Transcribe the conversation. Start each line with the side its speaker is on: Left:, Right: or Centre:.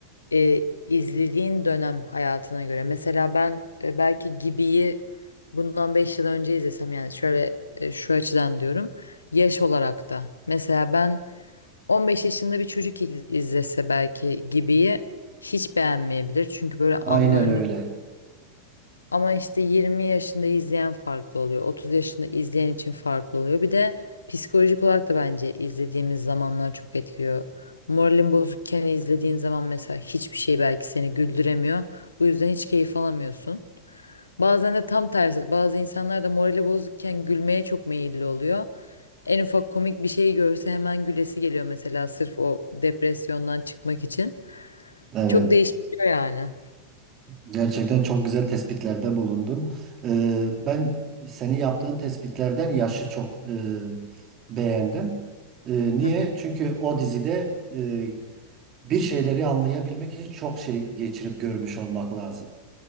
Left: e, izlediğin dönem hayatına göre. Mesela ben e, belki Gibi'yi bundan 5 yıl önce izlesem yani şöyle e, şu açıdan diyorum. Yaş olarak da. Mesela ben 15 yaşında bir çocuk iz- izlese belki Gibi'yi hiç beğenmeyebilir. Çünkü böyle anlam
Right: Aynen öyle.
Left: ama işte 20 yaşında izleyen farklı oluyor. 30 yaşında izleyen için farklı oluyor. Bir de psikolojik olarak da bence izlediğimiz zamanlar çok etkiliyor. Moralin bozukken izlediğin zaman mesela hiçbir şey belki seni güldüremiyor. Bu yüzden hiç keyif alamıyorsun. Bazen de tam tersi. Bazı insanlar da morali bozukken gülmeye çok meyilli oluyor. En ufak komik bir şey görse hemen gülesi geliyor mesela sırf o depresyondan çıkmak için.
Right: Evet.
Left: Çok değişiyor yani.
Right: Gerçekten çok güzel tespitlerde bulundun. Ee, ben seni yaptığın tespitlerden yaşı çok e, beğendim. E, niye?
Left: Hı hı
Right: Çünkü o dizide e, bir şeyleri anlayabilmek için çok şey geçirip görmüş olmak lazım.